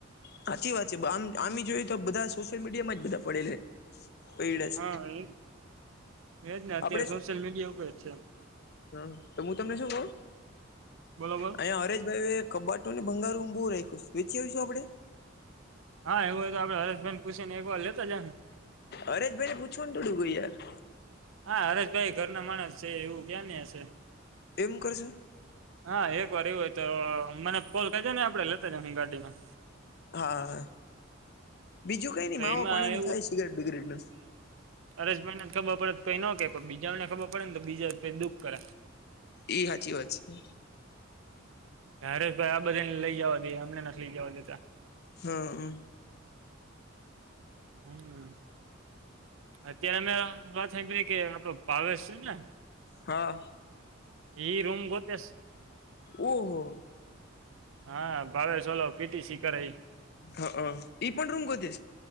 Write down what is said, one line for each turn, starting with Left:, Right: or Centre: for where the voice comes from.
Left: સાચી વાત છે આમ આમ જોયએ તો બધા સોશિયલ મીડિયા માં જ બધા પડેલાડસ
Right: હા એ- એ જ ને અત્યારે
Left: આપડ
Right: સોશિયલ મીડિયા ઉપર જ છે
Left: હમ તો હું તમને શું કહ
Right: બોલો બોલો
Left: અહીંયા હરેશ ભાઈ કબાટુંને ભંગારું બહુ રાખ્યું વેચી આવીશું આપડે
Right: હા એવું હોય આપે હસબેડ પૂછી ને એક વાર લેતા જ ને
Left: અરે જ ભાઈને પૂછવું ને થોડુંકું યાર
Right: હા હરેશ ભાઈ ઘર ના માણસ છે એવું ક્યાં હશે
Left: એમ કરશે
Right: હા એક વાર એવું હોય તો મને કોલ કજે ને આપડે લેતા જ હું ગાડીમાં
Left: હા બીજું કઈ નઈ
Right: એમાં
Left: માવ પાણી ન થાય સિગરેટ બિગરેટ ન
Right: અરેસ ભાઈને ખબર પડે તોઈ ન કે બીજા ને ખબર પડે ને તો બીજા જઈ દુઃખ કરે
Left: ઈ હાચી વાત છે
Right: હરેશ ભાઈ આ બધા ને લઈ જવા દે અમને લઈ જવા દેતા
Left: હા
Right: હમ અત્યારે અમે વાત સા કે આપણો પાવેશ છે ને
Left: હા
Right: એ રૂમ ગ તેસ
Left: ઓહો
Right: હા ભાવેશ પીટીસી કર
Left: હા હ ઈ પણ રૂમ કધસ